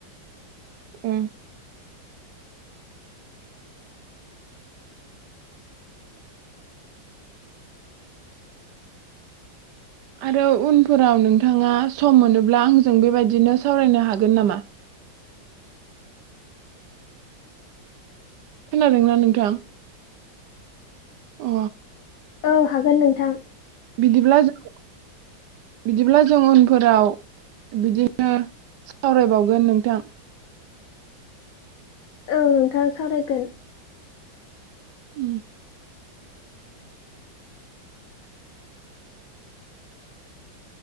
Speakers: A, on the right (about 70°); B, on the left (about 60°).
A: ओम आरो उनफोराव नोंथाङा सम मोनोब्ला आंजों बेबायदिनो सावरायनो हागोन नामा? खोनादोंना नोंथां अ
B: <inaudible> औ हागोन नोंथां
A: बिदिब्ला जों बिदिब्ला जों उनफोराव बिदिनो सावरायबावगोन नोंथां
B: औ नोंथां सावरायगोन
A: ओम